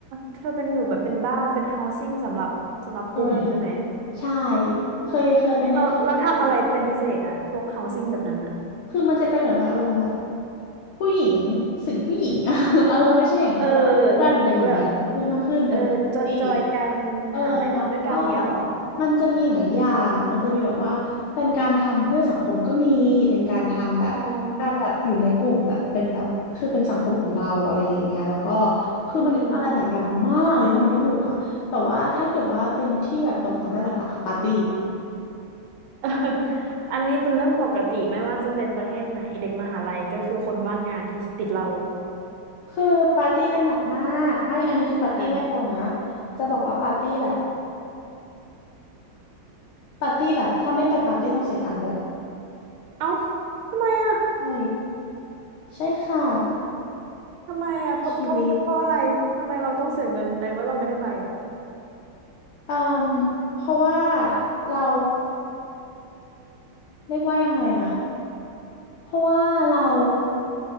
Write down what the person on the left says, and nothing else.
sorority ใช่เคยเคยเป็นเค
ย
คือมันจะเป็นเหมือนแบบอารมณ์แบบผู้หญิงสิ่งผู้หญิงอะ <laughs> อารมณ์ไม่ใช่อย่างนั้นคือเราเพื่อนอะไรอย่างเงี้ยคือเพื่อนมากขึ้นเป็นแบบคอมมูนิตี้
เออแล้วก็มันจะมีหลายอย่างมันจะมีแบบว่าเป็นการทำเพื่อสังคมก็มีเป็นการทำแบบการแบบอยู่ในกลุ่มแบบเป็นแบบคือเป็นสังคมของเราอะไรอย่างเงี้ยแล้วก็
คือมันทำอะไรหลายอย่างมากอธิบายไม่ถูกอะแต่ว่าถ้าเกิดว่าเป็นที่แบบตรงจำได้หลักๆอะปาร์ตี้
คือปาร์ตี้กันหนักมากไม่อันนี้คือปาร์ตี้ไม่พอนะ
จะบอกว่าปาร์ตี้แบบปาร์ตี้แบบถ้าไม่ไปปาร์ตี้ต้องเสียตังค์ด้วย
ใช่ใช่ค่ะ
นั่นคือชีวิตอืมเพราะว่าเราเรียกว่ายังไงอะเพราะว่าเรา